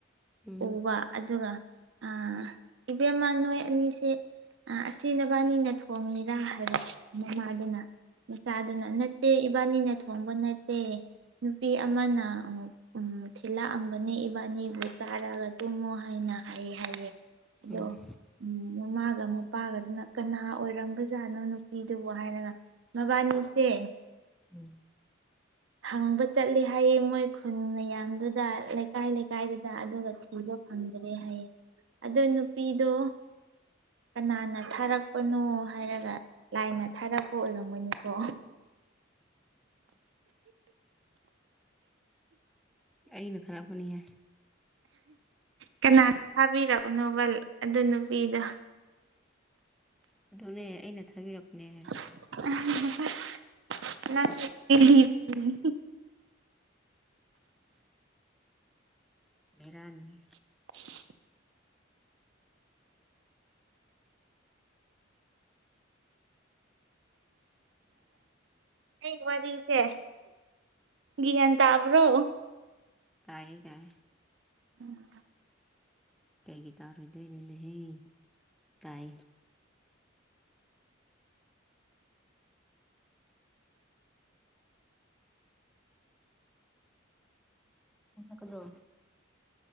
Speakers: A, in the centre; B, on the right.
A: ꯎꯝ
B: ꯎꯕ ꯑꯗꯨꯒ
A: <inaudible>
B: ꯑꯥ ꯏꯕꯦꯝꯃ ꯅꯣꯏ ꯑꯅꯤꯁꯦ ꯑ ꯑꯁꯤ ꯅꯕꯥꯅꯤꯅ ꯊꯣꯡꯉꯤꯔꯥ ꯍꯥꯏꯕ ꯃꯃꯥꯖꯤꯅ ꯃꯆꯥꯗꯨꯅ ꯅꯠꯇꯦ ꯏꯕꯥꯅꯤꯅ ꯊꯣꯡꯕ ꯅꯠꯇꯦ ꯅꯨꯄꯤ ꯑꯃꯅ ꯎ ꯊꯤꯂꯛꯑꯝꯕꯅꯦ ꯏꯕꯥꯅꯤꯕꯨ ꯆꯥꯔꯛꯑꯒ ꯇꯨꯝꯃꯣ ꯍꯥꯏꯅ ꯑꯩ ꯍꯥꯏꯌꯦ ꯑꯗꯣ
A: ꯎꯝ
B: ꯎꯝ ꯃꯃꯥꯒ ꯃꯄꯥꯒꯗꯨꯅ ꯀꯅꯥ ꯑꯣꯏꯔꯝꯕꯖꯥꯠꯅꯣ ꯅꯨꯄꯤꯗꯨꯕꯨ ꯍꯥꯏꯔꯒ ꯃꯕꯥꯅꯤꯁꯦ
A: ꯎꯝ
B: ꯍꯪꯕ ꯆꯠꯂꯤ ꯍꯥꯏꯌꯦ ꯃꯣꯏ ꯈꯨꯟ ꯃꯌꯥꯝꯗꯨꯗ ꯂꯩꯀꯥꯏ ꯂꯩꯀꯥꯏꯗ ꯗ ꯑꯗꯨꯒ ꯊꯤꯕ ꯐꯪꯗ꯭ꯔꯦ ꯍꯥꯏꯌꯦ ꯑꯗꯣ ꯅꯨꯄꯤꯗꯣ ꯀꯅꯥꯅ ꯊꯥꯔꯛꯄꯅꯣ ꯍꯥꯏꯔꯒ ꯂꯥꯏꯅ ꯊꯥꯔꯛꯄ ꯑꯣꯏꯔꯝꯒꯅꯤꯀꯣ
A: ꯑꯩꯅ ꯊꯔꯛꯄꯅꯤ ꯍꯦ
B: ꯀꯅꯥ ꯊꯥꯕꯤꯔꯕꯅꯣꯕ ꯑꯗꯨ ꯅꯨꯄꯤꯗꯣ
A: ꯑꯗꯨꯅꯦ ꯑꯩꯅ ꯊꯥꯕꯤꯔꯛꯄꯅꯦ ꯍꯥꯏꯔꯦ
B: <unintelligible>
A: ꯚꯦꯔꯥꯅꯤꯍꯦ
B: <inaudible> ꯑꯩ ꯋꯥꯔꯤꯁꯦ ꯒꯤꯌꯥꯟ ꯇꯥꯕ꯭ꯔꯣ
A: ꯇꯥꯌꯦ ꯇꯥꯏ
B: ꯎꯝ
A: ꯀꯩꯒꯤ ꯇꯥꯔꯣꯏꯗꯣꯏꯅꯣꯅꯦꯍꯦ ꯇꯥꯏ ꯅꯪ ꯆꯠꯀꯗ꯭ꯔꯣ